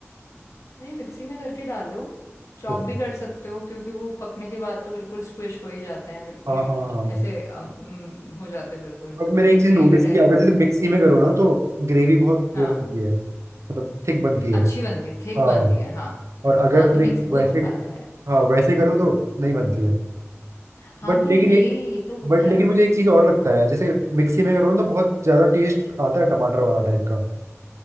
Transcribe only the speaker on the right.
ओके
हाँ
हाँ हाँ
बट मैंने एक चीज
नोटिस की
अगर
जैसे मिक्सी
में करो ना तो ग्रेवी बहुत
वो बनती है मतलब थिक बनती है
हाँ
और अगर
मिक-
वैसे
हाँ वैसे करो तो नहीं बनती है
बट
लेकिन
एक
बट लेकिन
मुझे एक चीज और लगता है जैसे मिक्सी में करो ना तो बहुत ज्यादा टेस्ट आता है टमाटर वाला टाइप का